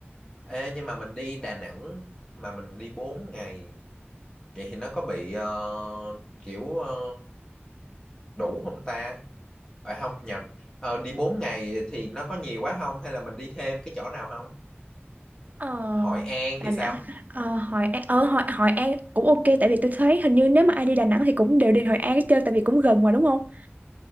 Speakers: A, on the left; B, on the right.
A: Ê nhưng mà mình đi Đà Nẵng mà mình đi 4 ngày vậy thì nó có bị ờ, kiểu ờ, đủ không ta? À không nhầm ờ, đi 4 ngày thì nó có nhiều quá không hay là mình đi thêm cái chỗ nào không
B: Ờ,
A: Hội An
B: Đà
A: thì sao
B: Nẵng, ờ, Hội An, ờ, Hội, Hội An cũng ok tại vì tôi thấy hình như nếu mà ai đi Đà Nẵng thì cũng đều đi Hội An chơi tại vì cũng gần mà đúng không?